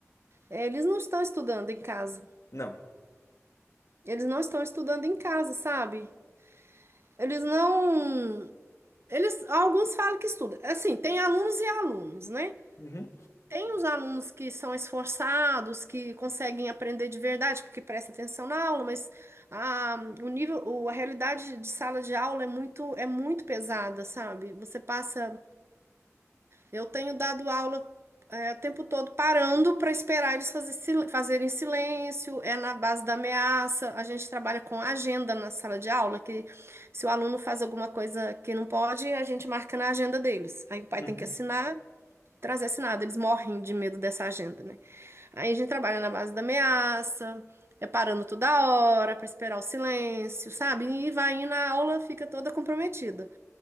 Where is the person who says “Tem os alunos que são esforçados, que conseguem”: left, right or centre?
Right